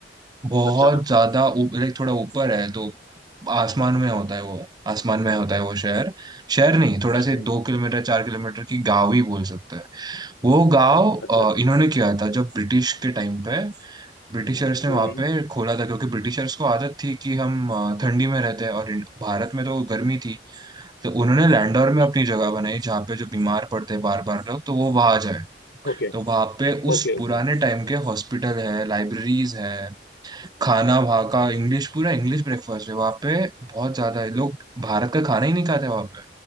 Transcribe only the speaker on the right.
बहुत
ज्यादा ऊप- लाइक थोड़ा ऊपर है तो आसमान में होता है वो आसमान में होता है वो शहर शहर नहीं थोड़ा से
दो किलोमीटर चार किलोमीटर की गांव ही बोल सकते हैं वो गांव
अ,
इन्होंने किया था जब ब्रिटिश के टाइम पे ब्रिटिशर्स ने
वहां पे खोला था क्योंकि ब्रिटिशर्स को आदत थी कि हम अ, ठंडी में रहते हैं और इन- भारत में तो गर्मी थी तो उन्होंने लैंडौर
में अपनी जगह बनाई जहाँ पे जो बीमार पड़ते हैं बार बार लोग तो वो वहां जाए
तो वहां पे उस
पुराने टाइम के हॉस्पिटल है लाइब्रेरीज है खाना वहाँ का इंग्लिश पूरा इंग्लिश ब्रेकफास्ट है वहाँ पे बहुत ज्यादा है लोग भारत का खाना ही नहीं खाते वहाँ पे